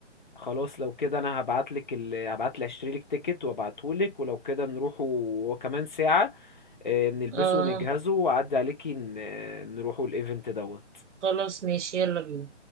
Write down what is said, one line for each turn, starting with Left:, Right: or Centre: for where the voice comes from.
Left: خلاص لو كده انا هبعت لك ال... هبعت لي اشتري لك تيكت وابعته لك ولو كده نروحوا وكمان ساعة آه، نلبسه
Right: اه
Left: ونجهزه واعدي عليكي ن... نروحوا الايفنت دوت
Right: خلاص ماشي يلا بينا